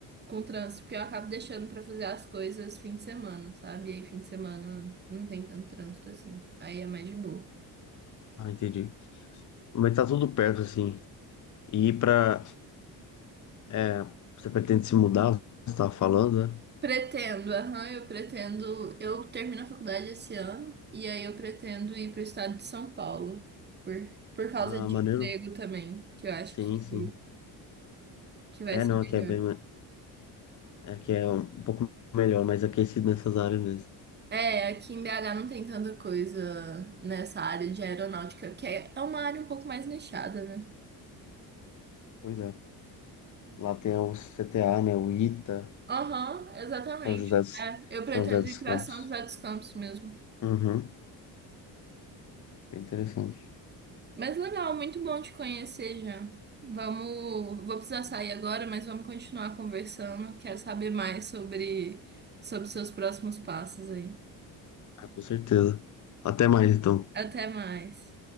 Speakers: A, on the right (about 20°); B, on the left (about 35°).
A: com o trânsito, porque eu acabo deixando para fazer as coisas fim de semana, sabe? E aí, fim de semana não tem tanto trânsito assim. Aí é mais de boa.
B: Ah, entendi. Mas tá tudo perto, assim. E pra. é, você pretende se mudar? Você tava falando, né?
A: Pretendo, aham, eu pretendo. Eu termino a faculdade esse ano e aí eu pretendo ir para o estado de São Paulo por, por causa
B: Ah,
A: de
B: maneiro.
A: emprego também, que eu acho
B: Sim, sim.
A: que, que vai
B: É,
A: ser
B: não,
A: melhor.
B: aqui é bem. ma- Aqui é um pouco melhor, mais aquecido nessas áreas mesmo.
A: É, aqui em BH não tem tanta coisa nessa área de aeronáutica, que é é uma área um pouco mais nichada, né?
B: Pois é. Lá tem o CTA, né? O ITA,
A: Aham, exatamente.
B: São José dos,
A: É, eu pretendo
B: São José dos
A: ir para
B: Campos.
A: São José dos Campos mesmo.
B: Uhum. Bem interessante.
A: Mas legal, muito bom te conhecer já. Vamos, vou precisar sair agora, mas vamos continuar conversando. Quero saber mais sobre sobre seus próximos passos aí.
B: Ah, com certeza. Até mais, então.
A: Até mais.